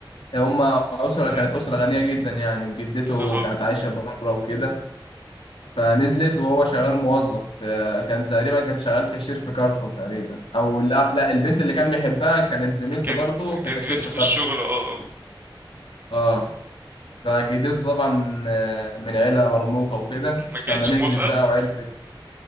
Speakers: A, on the left; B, on the right.
A: هما اسره
B: <clears throat>
A: كانت
B: مهم.
A: اسره غنيه جدا يعني وجدته
B: اها
A: كانت عايشه بره وكده فنزلت وهو شغال موظف آه، كان تقريبا كان شغال كاشير في كارفور تقريبا او لا لا البنت اللي كان بيحبها كانت زميلته
B: كان
A: برضه في
B: كان
A: كاشير
B: زميلته
A: في
B: في
A: كارفور
B: الشغل اه آه.
A: اه فجدته طبعا آه، من عيله مرموقه وكده
B: ما كانتش
A: فما نزلت
B: موافقة
A: بقى وعرفت